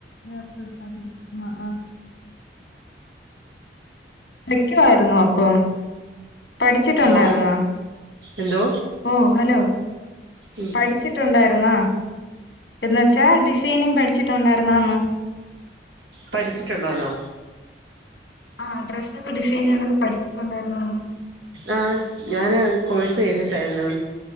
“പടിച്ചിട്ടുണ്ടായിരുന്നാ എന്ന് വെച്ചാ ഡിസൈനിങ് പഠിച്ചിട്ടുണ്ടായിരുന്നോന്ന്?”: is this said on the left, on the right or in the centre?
Left